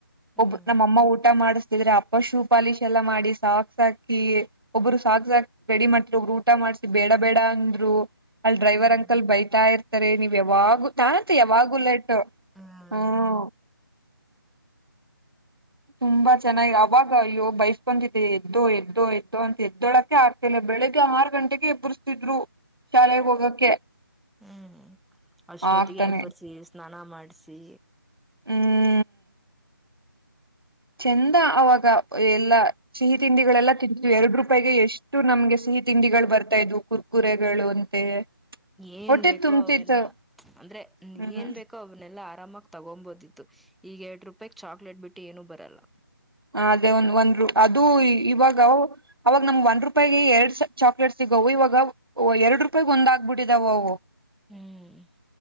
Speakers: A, in the centre; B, on the right.
A: ಹ್ಮ್
B: ಒಬ್ ನಮ್ಮಮ್ಮ ಊಟ ಮಾಡಿಸತಿದ್ರೆ ಅಪ್ಪ ಶೂ ಪಾಲಿಶ್ ಎಲ್ಲಾ ಮಾಡಿ ಸಾಕ್ಸ್ ಹಾಕಿ ಒಬ್ರು ಸಾಕ್ಸ್ ಹಾಕಿ ರೆಡಿ ಮಾಡ್ತಿರ ಒಬ್ರು ಊಟ ಮಾಡ್ಸಿ ಬೇಡ ಬೇಡ ಅಂದ್ರು. ಅಲ್ ಡ್ರೈವರ್
A: ಹ್ಮ್
B: ಅಂಕಲ್ ಬೈತಾ ಇರ್ತಾರೆ ನೀವ್ ಯಾವಾಗ ನಾನಂತು ಯಾವಾಗು ಲೇಟ್ ಟ್
A: ಹ್ಮ್
B: ಹ್ಮ ತುಂಬಾ ಚೆನ್ನಾಗಿ ಅವಾಗ ಅಯ್ಯೊ ಬಯಸ್ಕೊಂತ್ತಿದ್ದೆ ಎದ್ದೋ ಎದ್ದೋ ಎದ್ದೋ ಅಂತ ಎದ್ದೊಳಕ್ಕೆ ಆ ಮೇ ಬೆಳಗ್ಗೆ ಆರ್ ಗಂಟೆಗೆ ಎಬ್ಬರಿಸ್ತಿದ್ರು ಶಾಲೆಗ್ ಹೋಗಕ್ಕೆ
A: ಹ್ಮ್ ಅಷ್ಟೊತ್ತಿಗೆ
B: ಆಗ್ತಾನೆ
A: ಎಬ್ಬರ್ಸಿ ಸ್ನಾನ ಮಾಡ್ಸಿ
B: ಹ್ಮ ಚೆಂದ ಅವಾಗ ಎಲ್ಲಾ ಸಿಹಿ ತಿಂಡಿಗಳೆಲ್ಲಾ ತಿಂತಿದ್ವಿ ಎರಡುರು ರೂಪಾಯ್ಗೆ ಎಷ್ಟು ನಮ್ಗೆ ಸಿಹಿ ತಿಂಡಿಗಳು ಬರ್ತಾ ಇದ್ವು ಕುರ್ಕುರೆಗಳು ಅಂತೆ.
A: ಏನ್
B: ಹೊಟ್ಟೆ
A: ಬೇಕೋ
B: ತುಂಬ್ತಿತ್ತು
A: ಅವೆಲ್ಲ ಅಂದ್ರೆ
B: ಹ್ಮ್
A: ಏನ್ ಬೇಕು ಅವನ್ನನೆಲ್ಲಾ ಆರಾಮಾಗ ತಗೊಬೋದಿತ್ತು ಈಗ ಎರಡ್ ರೂಪಾಯಿ ಚಾಕ್ಲೇಟ್ ಬಿಟ್ಟ್ ಏನು ಬರಲ್ಲ
B: ಅದೇ ಒಂದ ಒಂದ್ ಅದು ಇವಾಗ ಅವಾಗ ನಮ್ಗ್ ಒಂದ್ ರೂಪಾಯಿಗೆ ಎರಡ್ ಚಾಕ್ಲೇಟ್ ಸಿಗವು ಇವಾಗ ಓ ಎರಡ್ ರೂಪಾಯಗ್ ಒಂದ್ ಆಗ್ಬಿಟ್ಟಿದಾವ್ ಅವು
A: ಹ್ಮ್